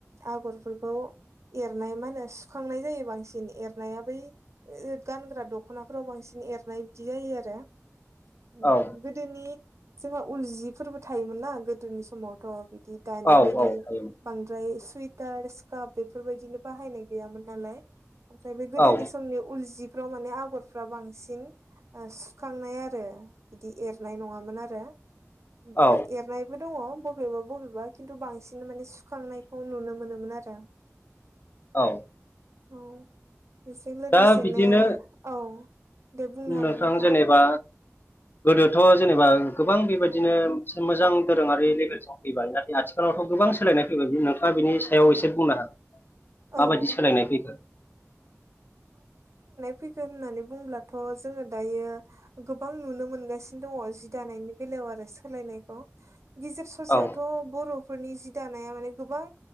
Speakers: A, on the right; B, on the left.
A: आगरफोरखौ एरनाय मानो सुखांनाय जायो बांसिन एरनाया बै ओ गानग्रा दख'नाफ्राव बांसिन एरनाय बिदि जायो आरो। ओमफाय
B: औ
A: गोदोनि जोंहा उल जिफोरबो थायोमोन ना गोदोनि समावथ' बि दि दानि
B: औ
A: बायदि
B: औ हायोमोन
A: बांद्राय सुइटार स्काप बेफोरबायदिनि बाहायनाय गैयामोन नालाय ओमफ्राय बे गोदोनि
B: औ
A: समनि उल जि फ्राव माने आगरफ्रा बांसिन ओ स खांनाय आरो बिदि एरनाय नंङामोन आरो ओमफ्राय
B: औ
A: एरनायबो दंङ। बबेबा बबेबा खिन्थु बांसिन माने सुखांनायखौ नुनो मोनोमोन आरो।
B: औ
A: औ बेजों लोगोसेनो
B: दा बिदिनो
A: औ। दे बुंनो हागोन
B: नोंथां
A: नोंथाङा
B: जेनेबा गोदोथ' जेनेबा गोबां बेबायदिनो मोनसे मोजां दोरोंङारि लेभेलसिम फैबाय नाथाय आथिखालावथ' गोबां सोलायनाय फैबाय नोंथाङा बिनि सायाव एसे बुंनो हा माबायदि
A: औ
B: सोलायनाय फैखो?
A: फैखो होननानै बुंङोब्लाथ' जोङो दायो गोबां नुनो मोनगासिनो दंङो जि दानायनि बेला याव आरो सोलायनायखौ। गेजेर ससेयावथ'
B: औ
A: बर'फोरनि जि दानाया माने गोबां